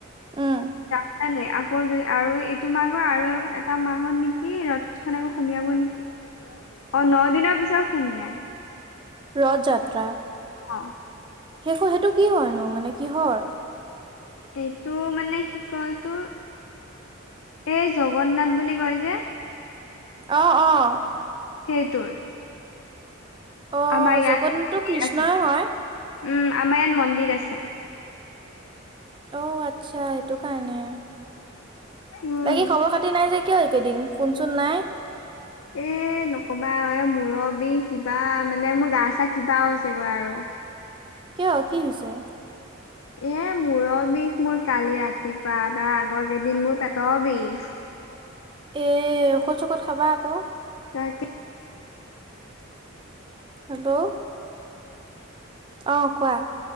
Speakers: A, on the right (about 25°); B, on the left (about 90°).
A: উম,
B: <unintelligible> আকৌ আৰু এইটো মাহৰ আৰু এটা মাহত নেকি ৰথখন আকৌ সুমিয়াব নেকি অ', ন দিনৰ পিছত সুমিইায়।
A: ৰথ যাত্ৰা?
B: অ'।
A: শেষ হয় সেইটো কি হয়নো মানে কিহৰ?
B: এইটো মানে কি কয়তো এই জগন্নাথ বুলি কয় যে!
A: অ', অ'।
B: সেইটো
A: অ',
B: আমাৰ ইয়াত
A: জগন্নাথটো
B: <unintelligible>
A: কৃষ্ণই হয়।
B: উম, আমাৰ ইয়াত মন্দিৰ আছে।
A: অ', আচ্ছা সেইটো কাৰণে।
B: উম
A: বাকী খবৰ খাতি নাই যে? কিয় এই কেইদিন? ফোনচোন নাই।
B: এ এ নক'বা আৰু এ মূৰৰ বিষ কিবা মানে মোৰ গা চা কিবা হৈছেগৈ আৰু।
A: কিয় কি হৈছে?
B: এ মূৰৰ বিষ মোৰ কালি ৰাতিৰ পা আৰু তাৰ আগৰ কেইদিন মোৰ পেটৰ বিষ।
A: এ ঔষধ চৌষধ খাবা আকৌ।
B: তাকে
A: হেল্ল' অ' কোৱা।